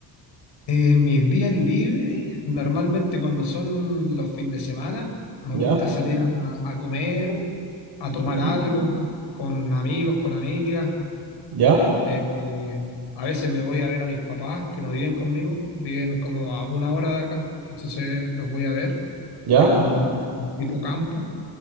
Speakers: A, on the left (about 65°); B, on the right (about 55°).
A: Eh, mis días libres, normalmente cuando son los fines de semana, me
B: ¿Ya?
A: gusta salir a, a comer, a tomar
B: Ujú.
A: algo, con amigos, con amigas.
B: ¿Ya?
A: Eh, eh, a veces me voy a ver a mis papás que no viven conmigo, viven como a una hora de acá, entonces los voy a ver,
B: ¿Ya?
A: que es como un, un tipo campo.